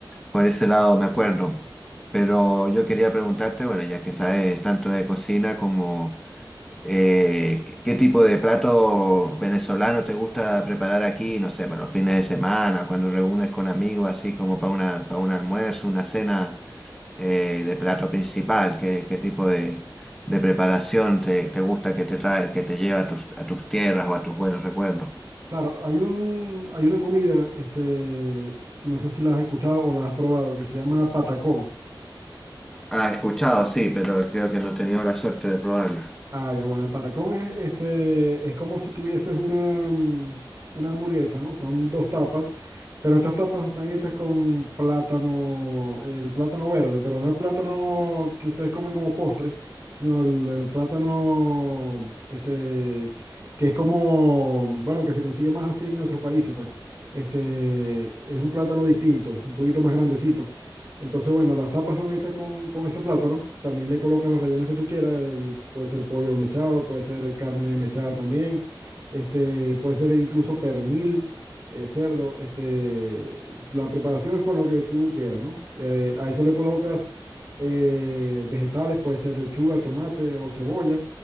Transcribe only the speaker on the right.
claro, hay un, hay una comida, este, no sé si la has escuchado o la has probado, que se llama patacón.
Ah, ya, bueno, el patacón es, este, es como si tuvieses una, mm, una hamburguesa, ¿no? Son dos tapas, pero estas tapas están hechas con plátano, el plátano verde, pero no el plátano que ustedes comen como postre, sino el, el plátano, este, que es como, bueno, que se consigue más así en nuestros países, pues. Este, es un plátano distinto, un poquito más grandecito. Entonces, bueno, las tapas son hechas con, con ese plátano. También le colocas los rellenos que tú quieras. el- puede ser pollo mechado, puede ser carne mechada también. Este, puede ser incluso pernil, eh, cerdo. Este, la preparación es con lo que tú quieras, ¿no? Eh, a eso le colocas eh, vegetales, puede ser lechuga, tomate o cebolla.